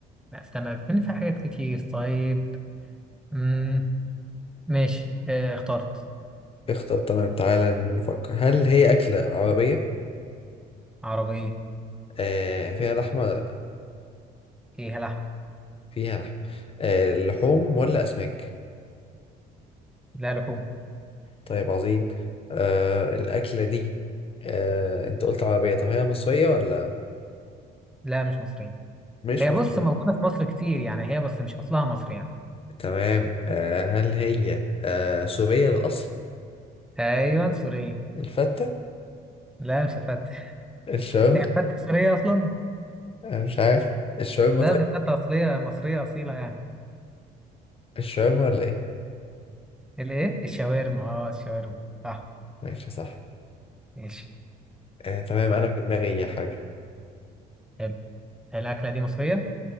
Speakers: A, in the centre; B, on the left.
A: لا استنى كمان في حاجات كتير طيب مم. ماشي آه، اخترت
B: اختار تمام تعالى نفكر هل هي أكلة عربية
A: عربية
B: آه فيها لحمة ولا لأ
A: فيها لحم
B: فيها لحمة آه لحوم ولا أسماك
A: لا لحوم
B: طيب عظيم آه الأكلة دي آه أنت قلت عربية طب هي مصرية ولا
A: لا مش مصرية
B: مش
A: هي
B: مصرية
A: بص موجودة في مصر كتير يعني هي بس مش اصلها مصري يعني
B: تمام آه هل هي آه سورية للأصل
A: ايوه سورية
B: الفتة
A: لا مش فتة
B: الشاورما
A: هي فتة سورية اصلا
B: انا مش عارف الشاورما
A: ده
B: طيب
A: دي فتة اصلية مصرية اصيلة يعني
B: الشاورما ولا ايه
A: الايه الشاورما اه الشاورما صح
B: ماشي صح
A: ماشي
B: آه تمام
A: طيب
B: انا في دماغي حاجه
A: حلو الاكلة دي مصرية